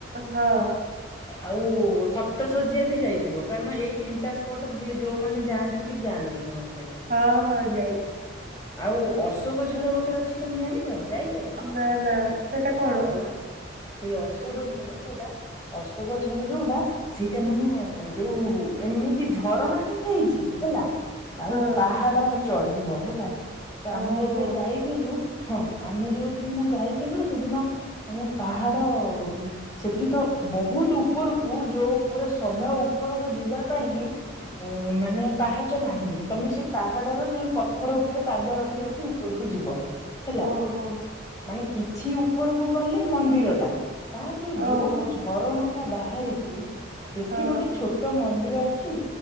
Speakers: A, on the right; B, on the left.
A: ହଁ।
B: ଆଉ ସପ୍ତ ଶଯ୍ୟା ବି ଯାଇଥିବ କାରଣ ଏଇ ତିନିଟା ସ୍ପଟ ଯିଏ ଯୋଉମାନେ ଯାଆନ୍ତି ବି ଯାଆନ୍ତି। ସମସ୍ତେ।
A: ହଁ ହଁ ଯାଇଚି।
B: ଆଉ ଅଶୋକ ଝର ଗୋଟେ ଅଛି ତମେ ଜାଣିଛ ଯାଇଚ?
A: ନା ନା। ସେଟା କଣ?
B: ସେଇ ଅଶୋକ ଝ ର ଯଉଟା ଅଶୋକ ଝର ଯୋଉଟା ସେଇଟା ମାନେ ଯୋଉ ଏମିତି ଝରଣା ହିଁ ହେଇଛି ହେଲା। ଆଉ
A: ହଁ
B: ପାହାଡ ଚଢିବ ହେଲା। ତ ଆମେ
A: ଓହୋ
B: ଏବେ ଯାଇଥିଲୁ ହଁ ଆମେ ଯୋଉଦିନ ଯାଇଥିଲୁ ସେଦିନ ମାନେ ପାହାଡ ସେଠି ତ ବହୁତ ଉପରକୁ ଯୋଉ ପୁରା ସଭା ଉପରକୁ ଯିବା ପାଇଁ କି ମାନେ ପାହାଚ ନାହିଁ ତମେ ସେଇ ପାହାଡର ଯୋଉ ପଥର ଉପରେ ପାଦ ରଖି ରଖି ଉପରକୁ ଯିବ। ହେଲା
A: ଓହୋ
B: ମାନେ କିଛି ଉପରକୁ ଗଲେ ମନ୍ଦିର ଟା। ତା ଯୋଉ ଯୋଉଠୁ
A: ଓହୋ
B: ଝରଣା ଟା ବାହାରିଛି ସେଠି
A: ହଁ
B: ଗୋଟେ ଛୋଟ ମନ୍ଦିର ଅଛି।